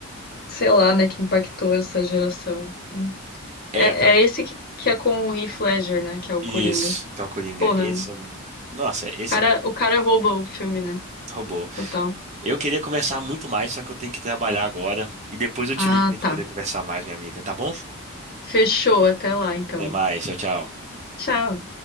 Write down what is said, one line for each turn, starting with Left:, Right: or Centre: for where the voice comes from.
Left: sei lá, né, que impactou essa geração.
Right: É,
Left: É, é esse que, que é com o Heath Ledger, né, que é o
Right: Isso,
Left: Coringa.
Right: que é o Coringa.
Left: Porra,
Right: Esse
Left: o
Right: é. Nossa, esse
Left: cara,
Right: é mais
Left: o cara rouba o filme, né?
Right: robô.
Left: Total.
Right: Eu queria conversar muito mais, só que eu tenho que trabalhar agora. E depois eu te
Left: Ah,
Right: ligo pra gente
Left: tá.
Right: poder conversar mais, minha amiga, tá bom?
Left: Fechou, até lá então.
Right: Até mais, tchau, tchau.
Left: Tchau.